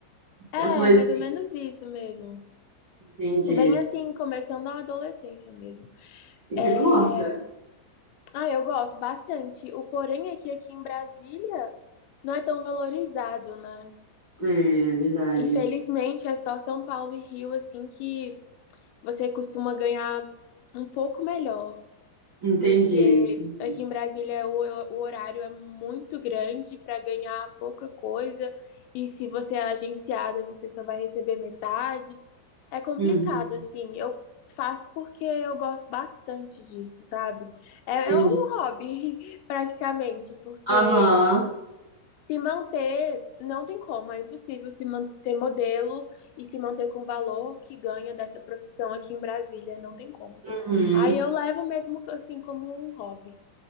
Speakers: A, on the left; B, on the right.
A: é
B: adolescente,
A: mais ou menos isso mesmo.
B: entendi.
A: Bem assim, começando a adolescência mesmo.
B: E
A: É...
B: você gosta?
A: Ah, eu gosto bastante. O porém é que aqui em Brasília não é tão valorizado, né?
B: É, verdade.
A: Infelizmente, é só São Paulo e Rio, assim, que você costuma ganhar um pouco melhor
B: Entendi,
A: do que
B: entendi.
A: aqui em Brasília o, o horário é muito grande para ganhar pouca coisa e se você é agenciada, você só vai receber metade. É complicado,
B: Uhum,
A: assim. Eu faço porque eu gosto bastante disso, sabe? É,
B: entendi.
A: é um hobby, <laughs> praticamente, porque
B: Aham,
A: se manter, não tem como, é impossível se man- ser modelo e se manter com o valor que ganha dessa profissão aqui em Brasília, não tem como.
B: uhum,
A: Aí eu levo mesmo assim como um hobby.